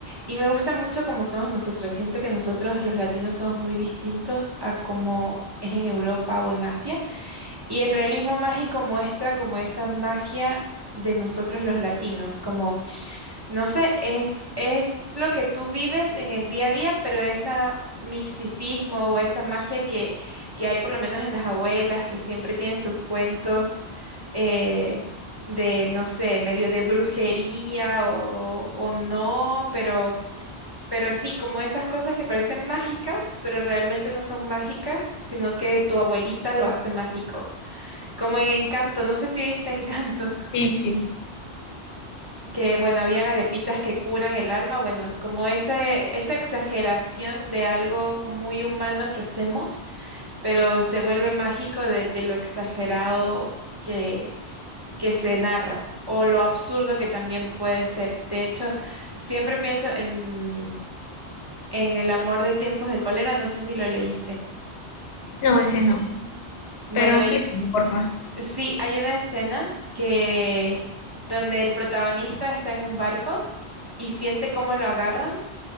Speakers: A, on the right; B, on the left.
A: Y me gusta mucho cómo somos nosotros. Siento que nosotros los latinos somos muy distintos a cómo es en Europa o en Asia. Y el realismo mágico muestra como esa magia de nosotros los latinos, como No sé, es, es lo que tú vives en el día a día, pero ese misticismo o esa magia que, que hay por lo menos en las abuelas, que siempre tienen sus cuentos eh, de, no sé, medio de brujería o, o no, pero, pero sí, como esas cosas que parecen mágicas, pero realmente no son mágicas, sino que tu abuelita lo hace mágico. Como en Encanto, no sé si viste Encanto
B: Sí, sí.
A: que bueno, habían arepitas que curan el alma, bueno, como ese, esa exageración de algo muy humano que hacemos, pero se vuelve mágico de, de lo exagerado que, que se narra o lo absurdo que también puede ser. De hecho, siempre pienso en, en El amor de tiempos de cólera, no sé si lo leíste.
B: No, ese no.
A: Bueno,
B: Pero explícame,
A: hay-
B: porfa.
A: sí, hay una escena que donde el protagonista está en un barco y siente cómo lo agarran